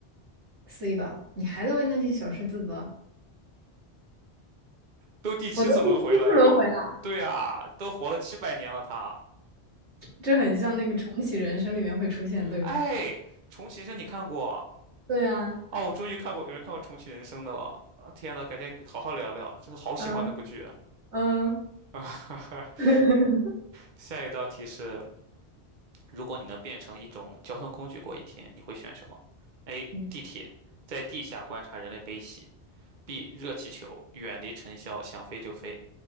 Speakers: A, on the right (about 85°); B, on the right (about 45°).
A: ，C 吧。你还在为那些小事自责，
B: 都第七次轮回了哎。
A: 我都第七次轮回了。
B: 对啊，都活了七百年了他。
A: 这很像那个重启人生里面会出现对吗？
B: 哎，重启人生你看过？
A: 对啊，
B: 哦，我终于看过，有人看过重启人生的了。啊天呐，改天好好聊聊，真的好喜欢那部剧啊！
A: 嗯嗯，
B: <laughs>
A: <laughs>
B: 下一道题是：如果你能变成一种交通工具过一天，你会选什么？A.
A: 嗯
B: 地铁，在地下观察人类悲喜；B. 热气球，远离尘嚣，想飞就飞